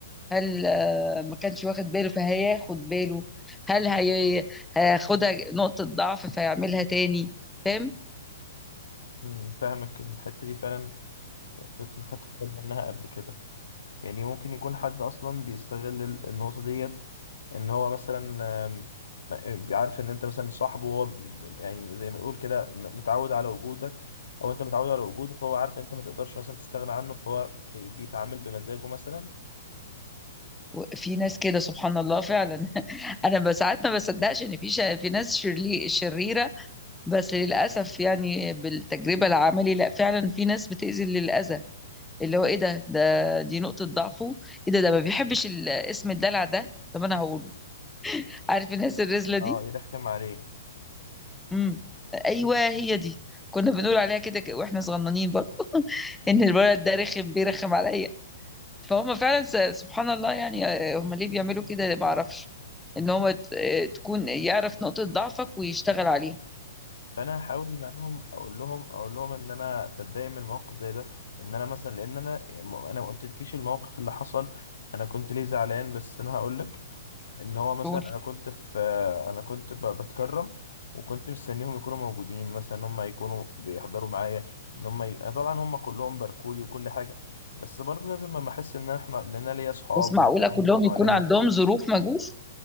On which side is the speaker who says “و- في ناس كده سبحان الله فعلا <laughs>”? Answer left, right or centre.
Centre